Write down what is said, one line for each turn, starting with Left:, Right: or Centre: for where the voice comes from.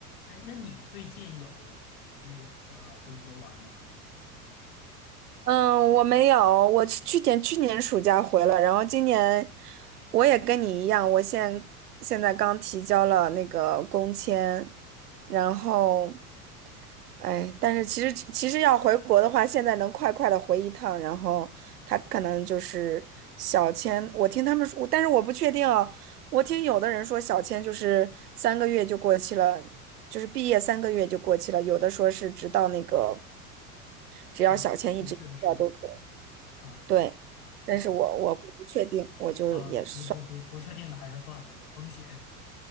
Left: 哎，那你最近有考虑呃回国玩吗？
Right: 嗯，我没有，我是去年去年暑假回了，然后今年我也跟你一样，我现现在刚提交了那个工签，然后，哎，但是其实其实要回国的话，现在能快快的回一趟，然后他可能就是小签，我听他们说，但是我不确定啊，我听有的人说小签就是三个月就过期了，就是毕业三个月就过期了，有的说是直到那个只要小签一直。
Left: 啊，新式的事情
Right: 要都可以。
Left: 啊
Right: 对，但是我我不确定，
Left: 啊
Right: 我就也算，
Left: 啊，不不不不确定的还是算了，有风险